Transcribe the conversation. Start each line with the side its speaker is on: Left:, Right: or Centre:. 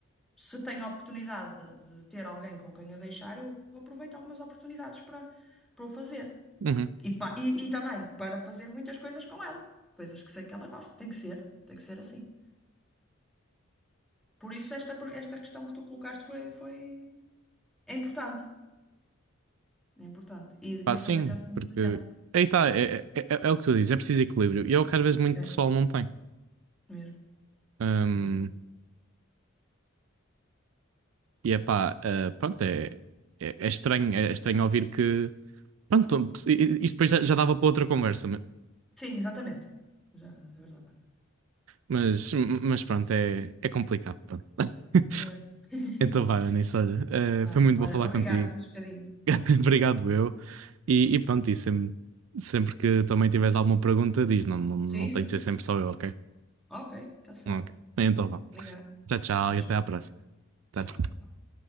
Centre: se tenho a oportunidade de de ter alguém com quem a deixar, eu aproveito algumas oportunidades para, para o fazer.
Right: Uhum.
Centre: E, pa- e, e também para fazer muitas coisas com ela, coisas que sei que ela gosta. Tem que ser, tem que ser assim. Por isso, esta, per- esta questão que tu colocaste foi, foi... é importante. É importante. E devia
Right: Pá, sim,
Centre: fazer pensar muita
Right: porque
Centre: gente.
Right: aí tá, é, é, é, é o que tu dizes, é preciso equilíbrio. E é o que às vezes muito
Centre: É,
Right: pessoal não tem.
Centre: mesmo.
Right: Hum,
Centre: É verdade.
Right: e é pá, ah, pronto, é, é, é estranho, é estranho ouvir que. Pronto, i- i- isto depois já, já dava para outra conversa, ma-
Centre: Sim, exatamente. Já, é verdade.
Right: mas, mas pronto, é, é complicado. pronto. <laughs>
Centre: Mesmo. <laughs>
Right: Então vai, Anis, olha,
Centre: Ah,
Right: ah, foi muito
Centre: Olha,
Right: bom falar
Centre: obrigada
Right: contigo.
Centre: por este bocadinho. Foi
Right: <laughs>
Centre: bom.
Right: Obrigado, eu. E, e pronto, e sempre, sempre que também tiveres alguma pergunta, diz, não, não, não
Centre: Sim, sim.
Right: tem de ser sempre só eu, ok?
Centre: Ok, está certo.
Right: Ok. Então vá.
Centre: Obrigada.
Right: Tchau, tchau
Centre: Já,
Right: e
Centre: tchau.
Right: até à próxima. Tchau,
Centre: Tchau.
Right: tchau.